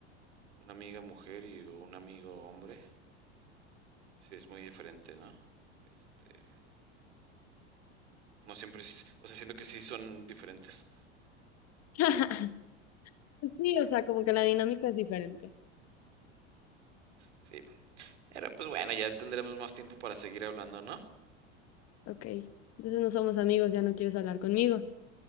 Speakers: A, on the right; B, on the left.
A: una amiga mujer y un amigo hombre, sí es muy diferente, ¿no? Este, no siempre, es- o sea, siento que sí son diferentes.
B: <laughs> Pues Sí, o sea, como que la dinámica es diferente.
A: Sí, pero pues bueno, ya tendremos más tiempo para seguir hablando, ¿no?
B: Ok, entonces no somos amigos, ya no quieres hablar conmigo.